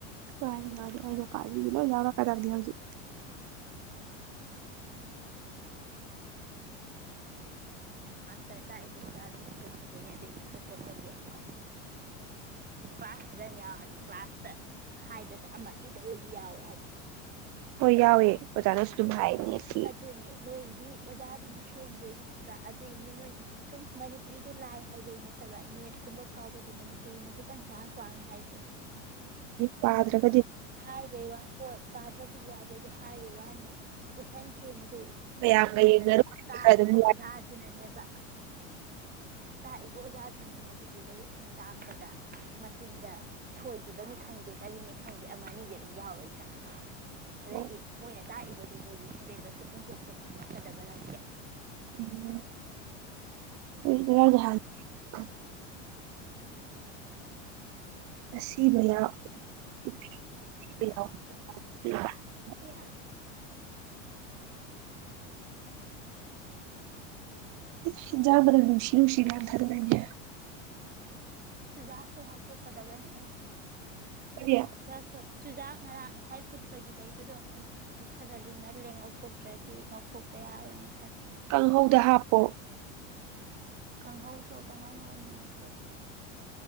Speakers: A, on the right; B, on the right.
A: ꯃꯥꯅꯤ ꯃꯥ ꯑꯩꯅ ꯄꯁꯤ ꯂꯣ ꯌꯥꯎꯕ ꯀꯗꯅꯤ ꯍꯧꯖꯤ
B: ꯔ ꯇꯥꯛꯏꯕ ꯑꯣꯖꯥꯗꯨꯅ ꯁꯦꯝꯃꯛꯇꯣꯏꯅꯦ ꯑꯗꯨꯏ ꯃꯊꯛꯇ ꯅ ꯑꯣꯏꯗꯤ ꯑꯃꯨꯛꯀ ꯀ꯭ꯂꯥꯁ ꯁꯕꯦꯟ ꯌꯥꯎꯔꯗꯤ ꯀ꯭ꯂꯥꯁꯇ ꯍꯥꯏꯕꯗ ꯑꯃ ꯑꯅꯤꯗ ꯑꯣꯏꯁꯨ ꯌꯥꯎꯋꯦ ꯍꯥꯏꯗꯅ
A: ꯍꯣꯏ ꯌꯥꯎꯋꯦ ꯑꯣꯖꯥꯅꯁꯨ ꯑꯗꯨꯝ ꯍꯥꯏ ꯅꯦꯠꯀꯤ
B: ꯑꯗꯨꯅꯦ ꯅꯣꯏꯗꯤ ꯑꯣꯖꯥ ꯑꯗꯨꯅ ꯁꯦꯝꯗꯣꯏꯅꯤ ꯍꯥꯏꯕ ꯑꯗꯨꯏꯅꯤ ꯅꯣꯏ ꯁꯨꯝ ꯃꯅꯤꯄꯨꯔꯤꯗ ꯂꯥꯏ ꯍꯥꯏꯕꯩ ꯅꯠꯇꯕ ꯅꯦꯠꯀꯨꯝꯕ ꯐꯥꯎꯕꯗꯤ ꯃꯅꯤꯄꯨꯔꯤꯅ ꯈꯤꯇꯪ ꯆꯥꯟꯁ ꯋꯥꯉꯦ ꯍꯥꯏꯗꯨ
A: ꯄꯥꯗ꯭ꯔꯛ
B: ꯍꯥꯏꯔꯕꯩ ꯋꯥ ꯍꯣꯏ ꯄꯥꯗ꯭ꯔ ꯌꯥꯗꯦ ꯑꯗꯨ ꯍꯥꯏꯕꯒꯤ ꯋꯥꯅꯤ ꯀꯣꯏꯁꯟ ꯁꯦꯝꯃꯤ ꯑꯗꯨ
A: ꯃꯌꯥꯝꯒ
B: ꯅꯣꯏꯒꯤ
A: ꯌꯦꯡꯅꯔꯨꯔꯗꯤ
B: ꯇꯥꯛꯏꯕ
A: ꯈꯔ ꯑꯗꯨꯝ ꯌꯥꯏ
B: ꯑꯣꯖꯥꯗꯨꯅꯅꯦꯕ ꯇꯥꯛꯏꯕ ꯑꯣꯖꯥꯗꯨꯅꯤꯅꯦ ꯑꯗꯨꯗꯤ ꯂꯥꯏꯔꯤꯛ ꯁꯨꯝ ꯇꯥꯛꯄꯗ ꯃꯆꯤꯟꯗ ꯁꯣꯏꯈꯤꯕꯅꯤ ꯈꯪꯗꯦ ꯀꯔꯤꯅꯤ ꯈꯪꯗꯦ ꯑꯃ ꯑꯅꯤꯗꯤ ꯑꯗꯨꯝ ꯌꯥꯎꯔꯣꯏꯗ꯭ꯔꯥ ꯔꯦꯗꯤ
A: ꯍꯣꯏ
B: ꯃꯣꯏꯅ ꯇꯥꯛꯏꯕꯗꯨꯗꯒꯤ ꯍꯦꯂꯦꯕꯁꯇꯣ ꯄꯨꯡꯇꯣꯛꯇꯣꯄ ꯍꯪꯉꯛꯀꯗꯕ ꯅꯠꯇꯦ
A: ꯎꯝ ꯑꯣꯏ ꯎ ꯑꯁꯤꯕ <unintelligible>
B: ꯑꯦ
A: ꯇꯖ ꯃꯅꯦ ꯂꯅꯨꯡ ꯁꯤꯔ ꯎꯁꯤꯔ ꯌꯥꯝ ꯊꯗ ꯂꯩ
B: ꯆꯨꯖꯥꯛꯇꯣ ꯉꯧꯊꯣꯛꯀꯗꯕꯅꯦ ꯑꯩꯁꯦ
A: ꯀꯔꯤ
B: ꯆꯁ ꯆꯨꯖꯥꯛ ꯉꯔꯥꯡ ꯉꯁꯥꯏ ꯐꯨꯠꯄꯒꯤ ꯂꯩꯕꯗꯣ ꯈꯗꯂꯤꯅ ꯂꯦꯡꯉꯧ ꯊꯣꯛꯣꯛꯇ꯭ꯔꯗꯤ ꯉꯧꯊꯣꯛꯇ ꯌꯥꯔꯣꯏꯅꯦ
A: ꯀꯥꯡꯍꯧꯗ ꯍꯥꯞꯄꯣ
B: ꯀꯥꯡꯍꯧꯗꯣ ꯀꯥꯡꯍꯧ ꯉꯧꯅꯤꯉꯥꯏ ꯄꯣꯠꯇꯣ